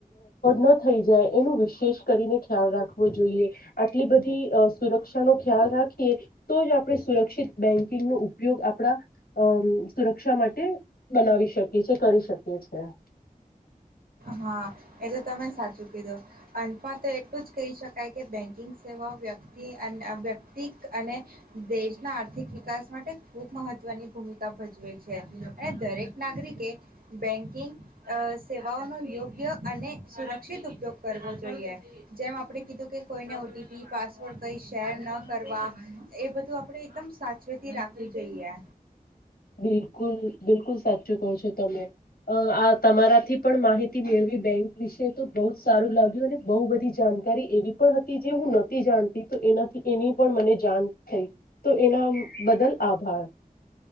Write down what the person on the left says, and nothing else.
ન થઈ જાય એનું વિશેષ કરીને ખ્યાલ રાખવો જોઈએ આટલી બધી સુરક્ષાનો. ખ્યાલ રાખીએ તો જ આપણે સુરક્ષિત બેંકિંગ નો ઉપયોગ આપણા સુરક્ષા. માટે બનાવી શકીએ છે, કરી <unintelligible>
બિલકુલ બિલકુલ સાચું કહો છો તમે આ તમારાથી પણ માહિતી મેળવી બેંક વિશે તો બહ જ સારું લાગ્યું બહુ બધી જાણકારી એવી પણ હતી જે હું નથીતી જાણતી તો એનાથી એની પણ મને જાણ. થઈ તો એના બદલ આભાર.